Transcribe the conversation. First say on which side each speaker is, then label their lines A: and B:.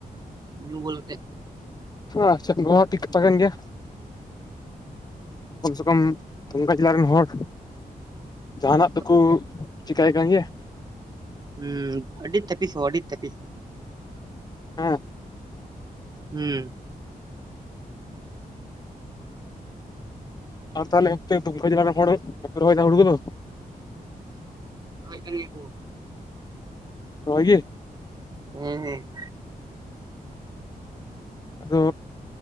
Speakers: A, on the right; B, on the left.
A: ᱧᱩ ᱵᱩᱞ ᱠᱟᱛᱮ,
B: ᱟᱪᱷᱟ ᱱᱚᱣᱟ ᱴᱷᱤᱠ ᱠᱟᱛᱷᱟ ᱠᱟᱱ ᱜᱮᱭᱟ, ᱠᱚᱢ ᱥᱮ ᱠᱚᱢ ᱫᱩᱢᱠᱟᱹ ᱡᱤᱞᱟᱹ ᱨᱮᱱ ᱦᱚᱲ, ᱡᱟᱦᱟᱱᱟᱜ ᱫᱚᱠᱚ
A: ᱛᱟᱹᱯᱤᱥ ᱜᱮᱭᱟ ᱠᱚ
B: ᱪᱤᱠᱟᱭ ᱠᱟᱱ ᱜᱮᱭᱟ᱾
A: ᱦᱩᱸ, ᱟᱹᱰᱤ ᱛᱟᱹᱯᱤᱥᱚᱜ ᱟᱹᱰᱤ ᱛᱟᱹᱯᱤᱥ,
B: ᱦᱮᱸ
A: ᱦᱩᱸ
B: ᱟᱨ ᱛᱟᱦᱚᱞᱮ ᱫᱩᱢᱠᱟ ᱡᱤᱞᱟ ᱨᱮᱱ ᱦᱚᱲ ᱵᱟᱠᱚ ᱨᱚᱦᱚᱭ ᱮᱫᱟ ᱦᱩᱲᱩ ᱠᱚᱫᱚ
A: ᱨᱚᱦᱚᱭᱮᱫ ᱠᱟᱱ ᱜᱮᱭᱟ ᱠᱩ
B: ᱨᱚᱦᱚᱭ ᱜᱤ
A: ᱦᱮᱸ ᱦᱮᱸ
B: ᱟᱫᱚ